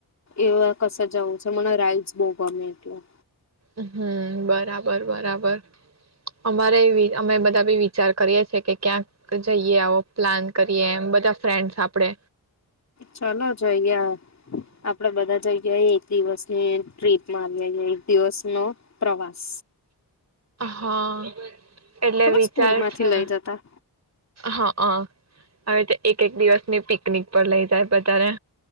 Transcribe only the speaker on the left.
એવા કસે જવુ છે મને રાઈડસ બો ગમેટું
ચાલો જઈયે આપડે બધા જયે આવીયે એક દિવસ ની ટ્રીપમાં આવી એક દિવસ નો પ્રવાસ
ખબર
સ્કૂલ માંથી
લઈ જતા